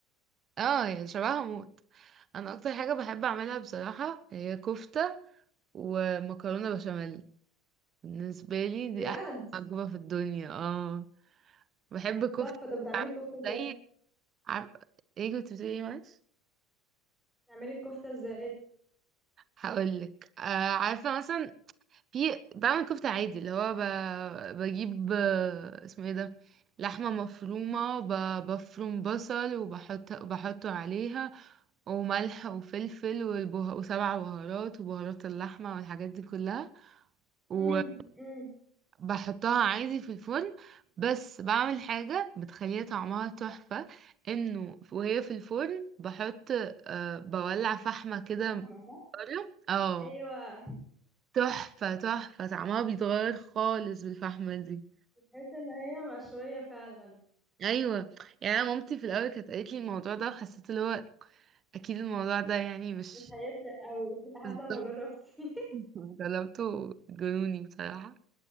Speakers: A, on the right; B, in the centre.
A: اه يعني شبهها موت انا اكتر حاجة بحب اعملها بصراحة هي كفتة ومكرونة بشاميل بالنسبة لي
B: بجد
A: دي أحلى وجبة في الدنيا اه بحب كفتة
B: تحفة طب بتعملي
A: عارفة
B: الكفتة ازاي
A: زي عارف ايه كنت بتقولي ايه معلش
B: بتعملي الكفتة ازاي
A: هقولك آه عارفة مثلا في بعمل كفتة عادي اللي هو ب... بجيب آه، اسمه ايه ده لحمة مفرومة ب... بفروم بصل وبحط بحطه عليها وملح وفلفل والبه... وسبع بهارات وبهارات اللحمة والحاجات دي كلها و...
B: امم امم
A: بحطها عادي في الفرن بس بعمل حاجة بتخليها طعمها تحفة انه وهي في الفرن بحط أه بولع فحمة كده
B: فاهمة
A: من
B: صح؟
A: بره اه
B: ايوه
A: تحفة تحفة طعمها بيتغير خالص بالفحمة دي
B: تحس ان هي مشوية فعلا
A: ايوه يعني انا مامتي في الاول كانت قالت لي الموضوع ده وحسيت اللي هو اكيد الموضوع ده يعني مش
B: مش هيفرق قوي لحد
A: بالظبط
B: ما جربتي
A: <laughs> جربته جنوني بصراحة